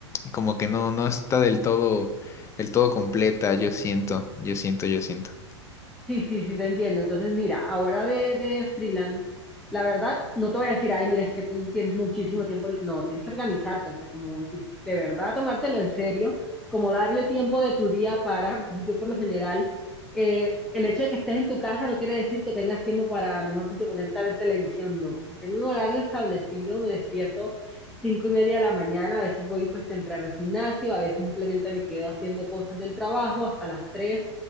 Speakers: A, on the left (about 20°); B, in the centre.
A: como que no, no está del todo, del todo completa, yo siento, yo siento, yo siento.
B: Sí, sí, sí, te entiendo. Entonces, mira, ahora de, de freelance, la verdad, no te voy a decir, ay, mira, es que tú tienes muchísimo tiempo. No, tienes que organizarte, o sea, como si de verdad tomártelo en serio, como darle tiempo de tu día para. Entonces, yo por lo general, eh, el hecho de que estés en tu casa no quiere decir que tengas tiempo para, mejor dicho, ponerte a ver televisión, no. Yo tengo un horario establecido, me despierto cinco y media de la mañana, a veces voy pues temprano al gimnasio, a veces simplemente me quedo haciendo cosas del trabajo hasta las tres